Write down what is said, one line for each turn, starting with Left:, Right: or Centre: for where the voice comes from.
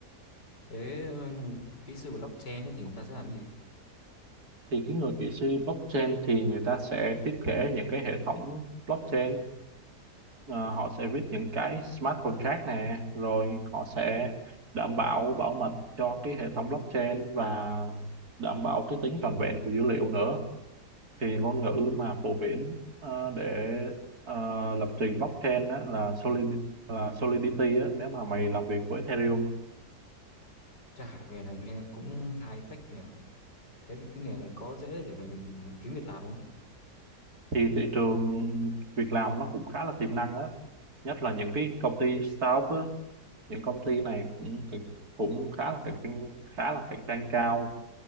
Left: Thế ừ, kỹ sư blockchain ấy thì người ta sẽ làm cái gì?
Right: thì cái người kỹ sư blockchain thì người ta sẽ thiết kế những cái hệ thống blockchain Ờ, họ sẽ viết những cái smart contract nè rồi họ sẽ đảm bảo bảo mật cho cái hệ thống blockchain và đảm bảo cái tính trọn vẹn của dữ liệu nữa thì ngôn ngữ mà phổ biến ờ, để ờ, lập trình blockchain á, là Solidity là Solidity á, nếu mà mày làm việc với Ethereum
Left: Chả nghề này nghe cũng high tech nhỉ. Thế thì cái nghề này có dễ để mà mình kiếm việc làm không?
Right: thì thị trường việc làm nó cũng khá là tiềm năng á nhất là những cái công ty startup á, những công ty này cũng cũng khá là cạnh tranh khá là cạnh tranh cao